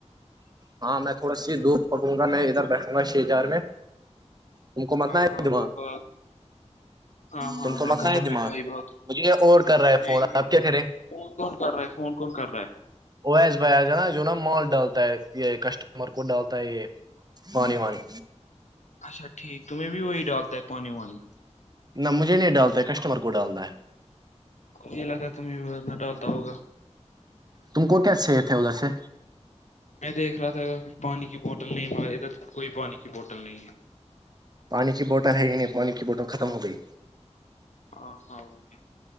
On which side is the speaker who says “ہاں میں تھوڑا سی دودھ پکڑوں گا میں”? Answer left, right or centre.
Right